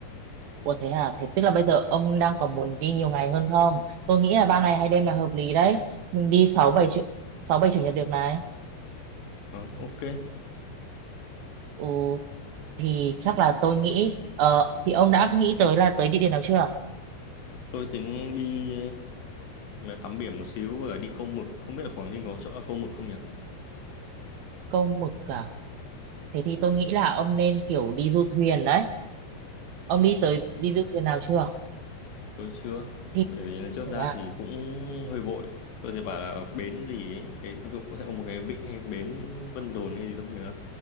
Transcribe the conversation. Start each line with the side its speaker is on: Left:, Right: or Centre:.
Right: Ủa thế à? Thế tức là bây giờ ông đang còn muốn đi nhiều ngày hơn không? Tôi nghĩ là ba ngày hai đêm là hợp lý đấy. Mình đi sáu bảy chủ sáu bảy chủ nhật được này.
Left: Ờ, ok.
Right: Ừ, thì chắc là tôi nghĩ ờ, thì ông đã nghĩ tới là tới địa điểm nào chưa?
Left: Tôi tính đi ờ, tắm biển một xíu và đi câu mực. Không biết là Quảng Ninh có chỗ là câu mực không nhỉ?
Right: Câu Mực à? Thế thì tôi nghĩ là ông nên kiểu đi du thuyền đấy. Ông đi tới đi du thuyền nào chưa?
Left: Tôi chưa.
Right: Thì
Left: Bởi vì lần trước ra
Right: thế à?
Left: thì cũng hơi vội. Tôi thấy bảo là ở bến gì ấy. Cái, nói chung cũng sẽ có một cái vịnh hay bến Vân Đồn hay gì tôi không nhớ lắm.